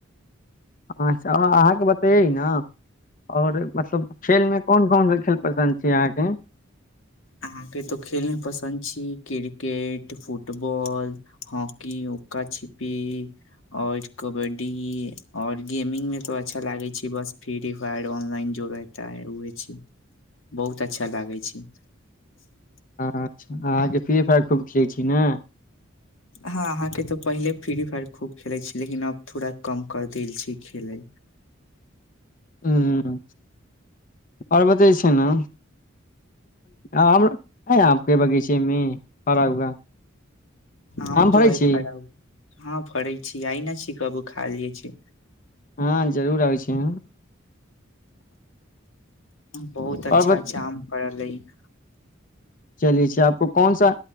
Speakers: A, on the left; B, on the left.
A: अच्छा अहाँकेँ बतैै ने आओर मतलब खेलमे कोन कोन सा खेल पसन्द छै अहाँके
B: अहाँके तो खेलमे पसन्द छी क्रिकेट फुटबॉल हॉकी उक्का छिपी आओर कबड्डी आओर गेमिंगमे तो अच्छा लागै छै बस फ्री फायर ऑनलाइन जो रहता है उहे छै बहुत अच्छा लागै छै <inaudible>
A: अच्छा अहाँके फ्री फायर खूब खेलै छी ने
B: हँ अहाँके तऽ पहिले फ्री फायर खूब खेलैत छै लेकिन अब थोड़ा कम कर देल छै खेलै
A: ह आओर बतै छै ने आम है आपके बगीचेमे पड़ा हुआ
B: आम तो
A: फड़ै
B: हइ
A: छी
B: फरल हँ फरै छी आइ न छी कबो खाय लेल छी
A: हँ जरूर आबै छी हम
B: बहुत अच्छा
A: और
B: जाम पड़ल अय <inaudible>
A: चलि छै आपको कौन सा